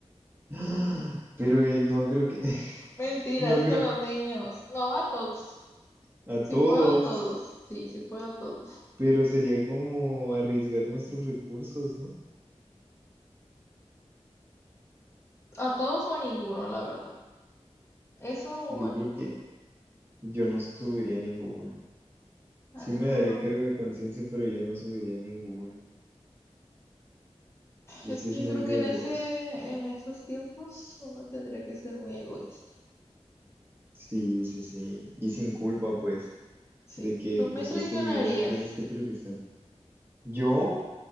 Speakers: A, on the right (about 20°); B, on the left (about 25°).
A: <gasps> Pero él no creo que, <laughs>
B: Mentiras
A: no creo,
B: con los niños. No a todos.
A: a
B: Si
A: todos,
B: puedo a todos, sí, si puedo a todos.
A: pero sería como arriesgar nuestros recursos, ¿no?
B: A todos o a ninguno, la verdad. Eso
A: Yo
B: o a
A: creo
B: ninguno.
A: que yo no subiría ninguno. Sí
B: A ninguno.
A: me daría cargo de conciencia, pero yo no subiría ninguno. Es
B: Es
A: que
B: que
A: es muy
B: yo creo
A: riesgoso.
B: que en ese, en esos tiempos uno tendría que ser muy egoísta.
A: Sí, sí, sí. Y sin culpa, pues,
B: Sí.
A: de que
B: Tú
A: pues
B: me traicionarías.
A: si es tu vida, tienes que priorizar. ¿Yo?